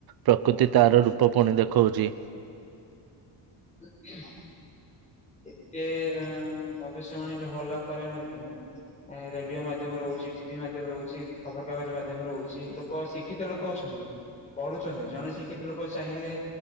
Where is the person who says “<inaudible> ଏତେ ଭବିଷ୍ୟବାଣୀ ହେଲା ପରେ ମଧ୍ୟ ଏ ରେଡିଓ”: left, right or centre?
Left